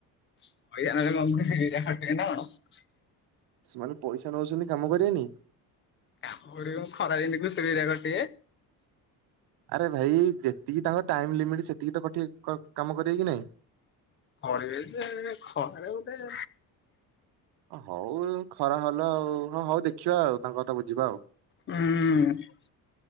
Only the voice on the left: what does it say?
ହମ ଆଣ <unintelligible>
କାମ କରିବ କଅଁ ଖରାଦିନେ ତ ସେଉରା ଗୋଟେ
କରିବେ ଯେ ଏଖରାରେ ଗୋଟେ
ହୁଁ।